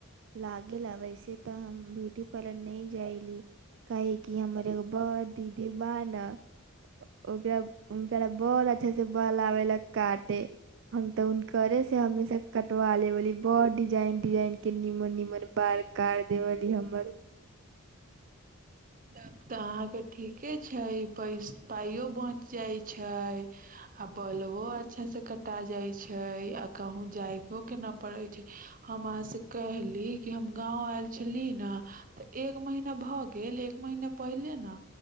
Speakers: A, on the right; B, on the right.
A: लागल आ वैसे तऽ हम ब्यूटी पार्लर नहि जाइली काहे कि हमर एगो बड़ दीदी बान ओकरा उनकरा बड अच्छा से बहलाबे ला काटे हम तऽ उनकरे से हमेशा कटवा लेवेली बड़ डिजाइन डिजाइनके निमन निमन बाल कार देवली हमर
B: तब तऽ अहाँके ठीके छैय पैस पाइयो बचि जाइत छैय आ बल्बो अच्छासँ कटा जाइत छैय आ कहूँ जायोके ना पड़ैत छैय हम अहाँसँ कहली कि हम गाँव आयल छली ने तऽ एक महीना भऽ गेल एक महिना पहिले ने